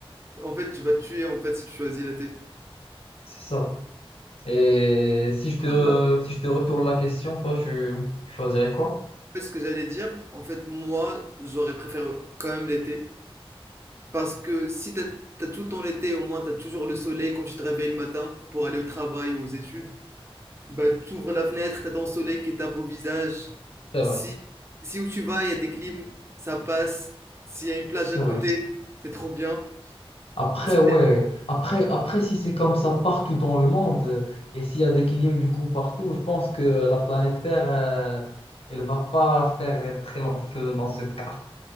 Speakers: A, on the right (about 25°); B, on the left (about 75°).
A: En fait, tu vas te tuer en fait si tu choisis l'été.
B: c'est ça. Et si je te,
A: Moi,
B: si je te retourne la question, toi tu, tu choisirais quoi?
A: fait, ce que j'allais dire, en fait, moi, j'aurais préféré quand même l'été. Parce que si t'as, t'as tout le temps l'été, au moins t'as toujours le soleil quand tu te réveilles le matin pour aller au travail ou aux études. Bah, t'ouvres la fenêtre, t'as ton soleil qui tape au visage.
B: C'est vrai,
A: Si, si où tu vas, il y a des clims, ça passe. S'il y a une plage
B: c'est
A: à côté,
B: vrai.
A: c'est trop bien.
B: Après,
A: Si-
B: ouais, après, après si c'est comme ça partout dans le monde et s'il y a des clims du coup partout, je pense que la planète Terre, euh, elle va pas faire très long feu dans ce cas.